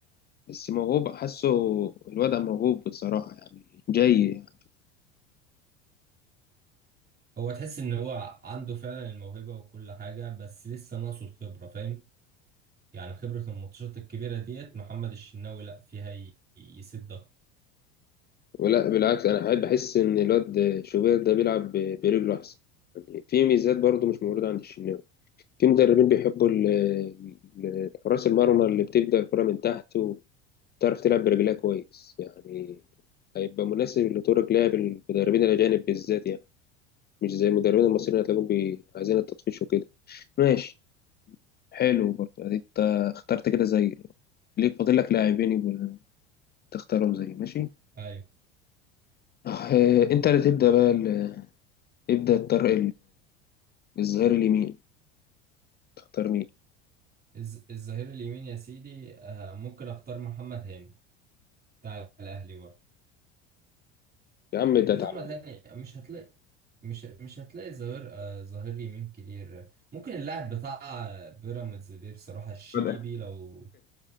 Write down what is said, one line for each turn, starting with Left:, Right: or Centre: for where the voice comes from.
Left: بس موهوب حاسه الوضع موهوب بصراحة يعني جاي يعني
Right: هو تحس ان هو عنده فعلا الموهبة وكل حاجة بس لسه ناقصه الخبرة فاهم يعني خبرة الماتشات الكبيرة ديت محمد الشناوي لا فيها ي- يسد أكتر
Left: ولا بالعكس انا قاعد بحس ان الواد شوبير ده بيلعب ب- برجله احسن يعني في ميزات برضه مش موجوده عند الشناوي في مدربين بيحبوا ال- ال- حراس المرمى اللي بتبدا الكره من تحت وبتعرف تلعب برجلها كويس يعني هيبقى مناسب لطرق لعب المدربين الاجانب بالذات يعني مش زي المدربين المصريين هتلاقيهم بي- عايزين التطفيش وكده ماشي حلو برضه اديك انت اخترت كده زي ليك فاضل لك لاعبين يبقوا تختارهم زي ماشي
Right: أيوه
Left: آه، انت اللي تبدا بقى ال- ابدا الطرق الظهير اليمين تختار مين
Right: الز- الظهير اليمين يا سيدي آه، ممكن أختار محمد هاني بتاع الأهلي برضه
Left: يا عم ده
Right: محمد
Left: تعبان
Right: هاني مش هتلاقي مش مش هتلاقي ظهير آه، ظهير يمين كتير ممكن اللاعب بتاع بيراميدز دي بصراحة الشيبي
Left: <laughs> خدها.
Right: لو